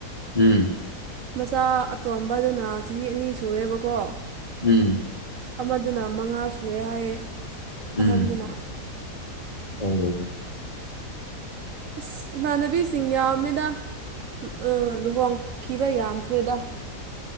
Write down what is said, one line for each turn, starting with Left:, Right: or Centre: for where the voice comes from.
Left: ꯎꯝ
Right: ꯃꯆꯥ ꯑꯇꯣꯝꯕꯥꯗꯨꯅ ꯆꯍꯤ ꯑꯅꯤ ꯁꯨꯔꯦꯕꯀꯣ
Left: ꯎꯝ
Right: ꯑꯃꯗꯨꯅ ꯃꯉꯥ ꯁꯨꯔꯦ ꯍꯥꯏꯌꯦ
Left: ꯎꯝ
Right: ꯑꯍꯟꯗꯨꯅ
Left: ꯑꯣ
Right: ꯑꯁ ꯏꯃꯥꯟꯅꯕꯤꯁꯤꯡ ꯌꯥꯝꯃꯦꯗ ꯑꯥ ꯂꯨꯍꯣꯡꯈꯤꯕ ꯌꯥꯝꯈ꯭ꯔꯦꯗ